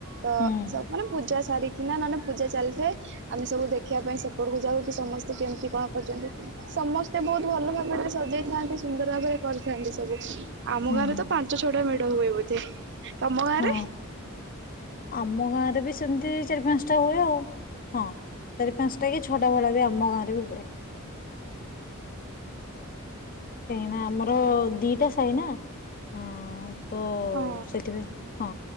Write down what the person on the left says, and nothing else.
ହୁଁ
ହୁଁ
ହଁ ଆମ ଗାଁରେ ବି ସେମିତି ଚାରି ପାଞ୍ଚଟା ହୁଏ ଆଉ। ହଁ ଚାରି ପାଞ୍ଚଟା କି ଛଅଟା ଭଳି ବି ଆମ ଗାଁ ରେ ବି ହୁଏ। କାହିଁକିନା ଆମର ଦିଟା ସାହି ନା ଅଁ ତ
ସେଥିପାଇଁ ହଁ